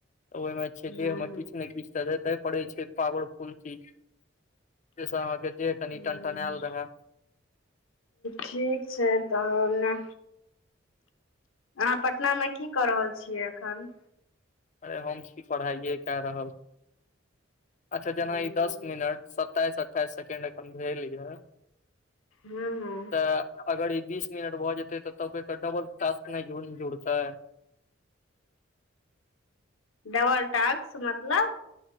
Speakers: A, on the left; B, on the left.
A: तऽ ओहिमे
B: ह
A: छै देहमे किछ ने किछ तऽ देतै पड़ै छै पावरफुल चीज से अहाँके देह कनि
B: ह
A: टंटनेयल रहय
B: ठीक छै तऽ ने आहाँ पटनामे की कऽ रहल छियै अखन
A: अरे हम छी पढ़ाइए कए रहल अच्छा
B: हूँ
A: जेना ई दस मिनट सताइस अठाइस सेकेंड अखन भेल य
B: हू हू
A: तऽ अगर ई बीस मिनट भऽ जेते तऽ तब एकर डबल टास्क नहि जुड़तै
B: डबल टास्क मतलब